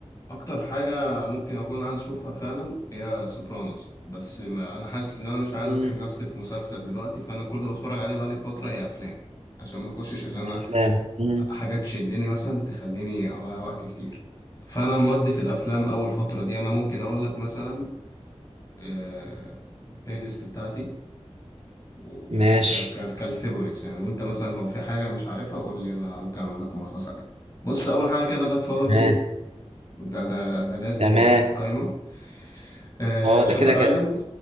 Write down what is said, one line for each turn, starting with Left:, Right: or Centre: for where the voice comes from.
Left: اكتر حاجه ممكن اكون عايز اشوفها فعلا هي سوبرانوس بس ما انا حاسس ان انا مش عايز
Right: مم،
Left: اسحب نفسي في مسلسل دلوقتي فانا كل اللي بتفرج عليه بقالي فتره هي افلام عشان ما اخشش اللي انا
Right: افلام مم،
Left: حاجات تشدني مثلا تخليني اضيع وقت كتير فانا مودي في الافلام اول فتره دي انا ممكن اقول لك مثلا آه، البلاي ليست بتاعتي و-
Right: ماشي
Left: ك ك ك- كالفيفوريتس يعني وانت مثلا لو في حاجه مش عارفها قول لي انا ممكن اعمل لك ملخص عليها بص اول حاجه كده جاد فاذر
Right: تمام
Left: 2 ده ده ده لازم
Right: تمام
Left: يبقى في القايمه آه
Right: اه
Left: شاتر
Right: ده كده كده
Left: ايلاند